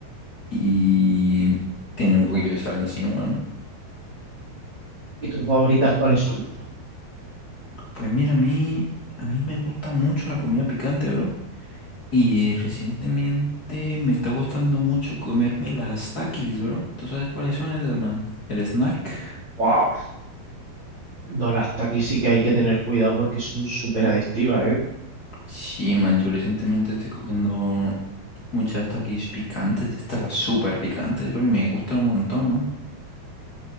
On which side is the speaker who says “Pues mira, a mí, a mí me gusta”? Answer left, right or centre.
Left